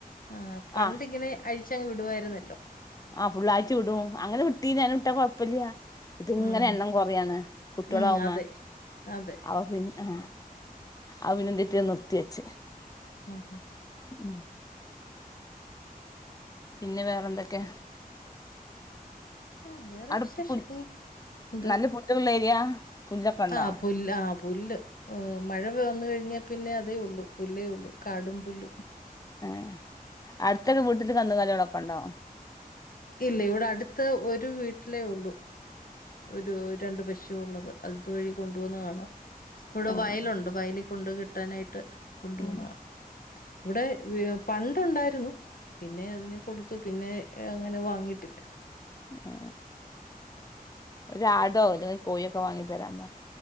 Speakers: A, on the left (about 65°); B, on the left (about 25°).
A: ആഹ് പണ്ടിങ്ങനെ
B: ആ
A: അഴിച്ചങ്ങ് വിടുവായിരുന്നല്ലോ
B: ആ ഫുള്ളാഴ്ച്ച വിടും അങ്ങനെ ന്നഞും <unintelligible> ഇ കുഴപ്പില്ല ഇത്ങ്ങനെ
A: ഉം
B: എണ്ണം കൊറയാണ് കുട്ടികള
A: ഉം
B: ആവുന്നേ
A: അതെ അതെ
B: അവ പിന്നെ ആ അവന തട്ടിയ നിർത്തി വച്ച
A: ആഹ് ഹഹ
B: ഉം പിന്നെ വേറെ എന്തൊക്കെ
A: ആഹ് വേറെ
B: അടുപ്പുൻ
A: വിശേഷം ഇങ്ങ എന്തോ
B: നല്ല പുല്ലുള്ള ഏരിയ പുല്ലൊക്കെ ഉണ്ടോ
A: ആഹ് പുല്ല് ആ പുല്ല് മഴ വന്നു കഴിഞ്ഞാ പിന്നെ അതേ ഉള്ളു പുല്ലേ ഉള്ളു കാടും പുല്ലും
B: ഏ അടുത്തൊരു വീട്ടില് കന്നുകാലികളൊക്കെ ഉണ്ടോ
A: ഇല്ല ഇവിടെ അടുത്ത ഒരു വീട്ടിലേ ഉള്ളൂ ഒരു രണ്ട് പശു ഉള്ളത് അതു ഇത് വഴി കൊണ്ട് പോവ്ന്നകാണാം ഇവിടെ
B: ആഹ്
A: വയലുണ്ട് വയലി കൊണ്ട് കെ ട്ടാനായിട്ട് കൊണ്ടു
B: ഉം
A: പോവുന്ന കാണാ ഇവിടെ വി പണ്ട് ഉണ്ടായിരുന്നു പിന്നെ അതിനെ കൊടുത്ത് പിന്നെ അങ്ങനെ വാങ്ങിട്ടില്ല
B: ഏ ഒരാടോ അല്ലെൽ ഒരു കോഴിയൊക്കെ വാങ്ങി തരാൻ പറി